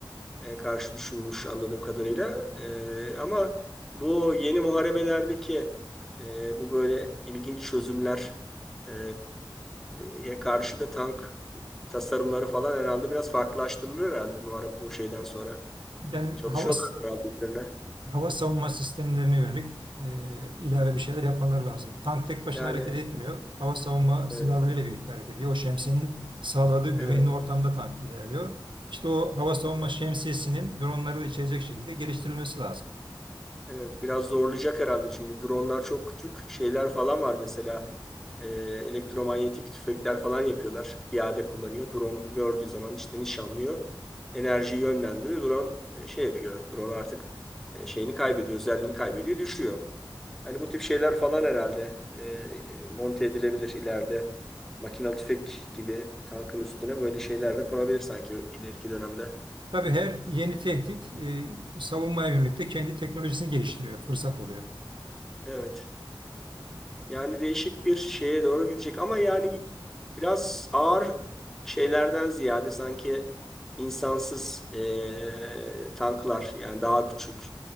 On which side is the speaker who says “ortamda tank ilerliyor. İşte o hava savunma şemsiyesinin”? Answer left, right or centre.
Right